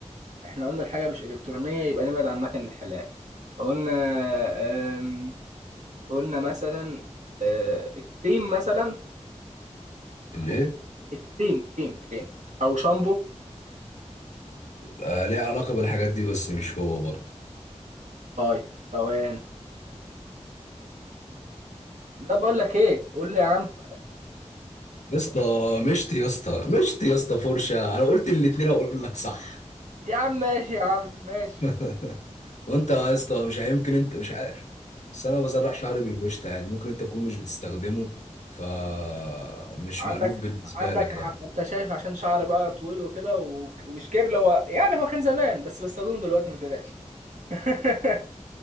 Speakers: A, on the right; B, on the left.
A: احنا قلنا الحاجة مش إلكترونية يبقى نبعد عن مكن الحلاقة قلنا أم... قلنا مثلا أه... كريم مثلا
B: الايه
A: أو كريم كريم كريم أو شامبو
B: آه ليها علاقه بالحاجات دي بس مش هو برضه
A: طيب ثواني لا بقول لك إيه قول لي يا عم
B: يا اسطى مشت يا اسطى مشت يا اسطى فرشه انا قلت الاتنين اقول لك صح
A: <laughs> يا عم ماشي يا عم ماشي
B: <laughs> وانت يا اسطى مش هيمكن انت مش عارف بس انا بسرح شعري بالمشط يعني ممكن انت تكون مش بتستخدمه فمش
A: عندك
B: مألوف بالنسبه
A: عندك
B: لك
A: ع-
B: يعني
A: انت شايف عشان شعر بقى طويل وكده و- ومش كيرل هو يعني هو كان زمان بس بستخدمه دلوقتي ما تقلقش <laughs>